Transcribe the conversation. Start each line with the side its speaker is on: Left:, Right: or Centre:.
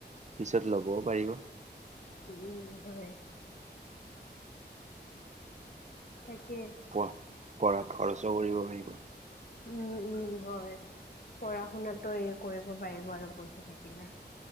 Right: পিছত ল'বও পাৰিব
Left: উম, হয়। তাকে।
Right: প, পঢ়াত খৰচো কৰিব পাৰিব।
Left: উম, উম হয়। পঢ়া শুনাতো এই কৰিব পাৰিব আৰু পইচা থাকিলে।